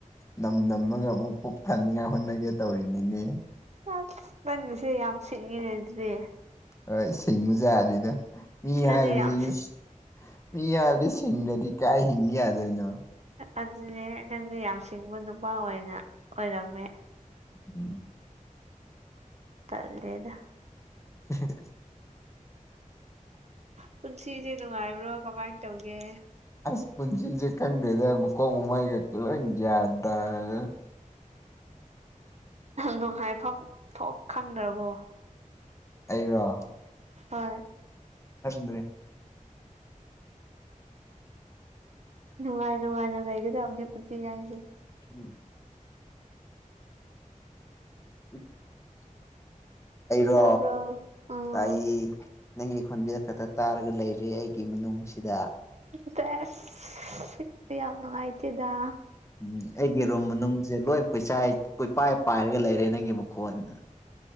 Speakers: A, on the left; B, on the right.
A: ꯅꯝ ꯅꯝꯃꯒ ꯑꯃꯨꯛ ꯄꯨꯛ ꯊꯥꯟꯅꯤꯡꯉꯥꯏ ꯍꯣꯠꯅꯒꯦ ꯇꯧꯔꯤꯅꯤꯅꯦ
B: ꯑꯁ ꯅꯟꯁꯦ ꯌꯥꯝ ꯁꯤꯡꯉꯤꯅꯦ ꯑꯗꯨꯗꯤ
A: ꯍꯣꯏ ꯁꯤꯡ ꯕꯖꯥꯅꯤꯗ ꯃꯤ
B: ꯅꯪꯗꯤ
A: ꯍꯥꯏꯕꯁꯤꯗꯤ
B: ꯌꯥꯝ
A: ꯃꯤ ꯍꯥꯏꯕꯗꯤ ꯁꯤꯡꯗꯗꯤ ꯀꯥꯏ ꯍꯤꯡꯒꯦ ꯌꯥꯗꯣꯏꯅꯣ
B: ꯑꯗꯨꯅꯦ ꯅꯪꯗꯤ ꯌꯥꯝ ꯁꯤꯡꯕ ꯅꯨꯄꯥ ꯑꯣꯏꯅ ꯑꯣꯏꯔꯝꯃꯦ
A: ꯎꯝ
B: ꯇꯜꯂꯦꯗ
A: <inaudible>
B: ꯄꯨꯟꯁꯤꯁꯦ ꯅꯨꯡꯉꯥꯏꯕ꯭ꯔꯣ ꯀꯃꯥꯏꯅ ꯇꯧꯒꯦ
A: ꯑꯁ ꯄꯨꯟꯁꯤꯁꯦ ꯈꯪꯗꯦꯗ ꯃꯨꯀꯣꯡ ꯃꯃꯩꯒ ꯂꯣꯢ ꯒ꯭ꯌꯥꯟ ꯇꯥꯗꯦꯗ
B: ꯅꯨꯡꯉꯥꯏꯐꯝ ꯊꯣꯛ ꯈꯪꯗ꯭ꯔꯕꯣ
A: ꯑꯩꯔꯣ
B: ꯍꯣꯢ
A: ꯅꯁꯪꯗꯔꯦ <inaudible>
B: ꯅꯨꯡꯉꯥꯏ ꯅꯨꯡꯉꯥꯏꯅ ꯂꯩꯒꯗꯕꯅꯤ ꯄꯨꯟꯁꯤ ꯍꯥꯏꯁꯦ
A: ꯎꯝ <inaudible> ꯑꯩꯔꯣ
B: ꯇꯥꯕ꯭ꯔꯣ ꯎꯝ
A: ꯇꯥꯏꯌꯦ ꯅꯪꯒꯤ ꯈꯣꯟꯖꯦꯟ ꯈꯛꯇ ꯇꯥꯔꯒ ꯂꯩꯔꯦ ꯑꯩꯒꯤ ꯃꯅꯨꯡꯁꯤꯗ
B: ꯁꯦꯁ ꯌꯥꯝ ꯅꯨꯡꯉꯥꯏꯇꯦꯗ
A: ꯎꯝ ꯑꯩꯒꯤ ꯔꯨꯝ ꯃꯅꯨꯡꯁꯦ ꯂꯣꯏ ꯀꯨꯆꯥꯏ ꯀꯨꯄꯥꯏ ꯄꯥꯏꯔꯒ ꯂꯩꯔꯦ ꯅꯪꯒꯤ ꯃꯈꯣꯟꯅ